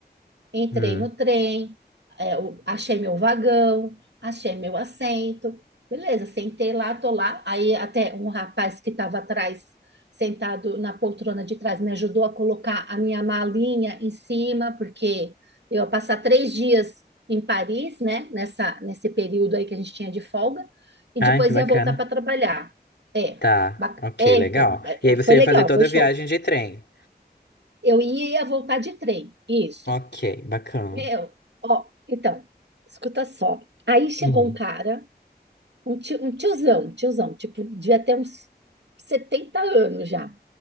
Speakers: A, on the right; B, on the left.
A: Entrei
B: Hum.
A: no trem, é, o- achei meu vagão, achei meu assento. Beleza, sentei lá, tô lá. Aí até um rapaz que estava atrás, sentado na poltrona de trás, me ajudou a colocar a minha malinha em cima, porque eu ia passar três dias em Paris, né? Nessa, nesse período aí que a gente tinha de folga, e
B: Ai,
A: depois
B: que bacana.
A: ia voltar para trabalhar. É,
B: Tá,
A: bac-
B: ok,
A: é,
B: legal.
A: então, é,
B: E aí
A: é,
B: você
A: foi
B: ia
A: legal,
B: fazer toda
A: foi show.
B: a viagem de trem.
A: Eu ia, ia voltar de trem, isso.
B: Ok, bacana.
A: Meu, ó, então, escuta só. Aí chegou
B: Hum,
A: um cara, um tio- um tiozão, um tiozão, tipo, devia ter uns 70 anos já.